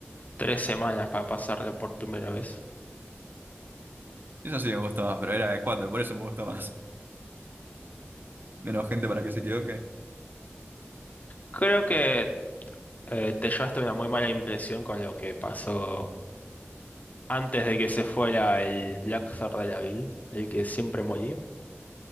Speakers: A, on the left; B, on the right.
A: tres semanas para pasarlo por primera vez.
B: eso sí me gusta más, pero era de cuatro, por eso me gusta más. <laughs> Menos gente para que se equivoque.
A: Creo que eh, te llevaste una muy mala impresión con lo que pasó antes de que se fuera el Black Blackthorn de la Vil, el que siempre moría.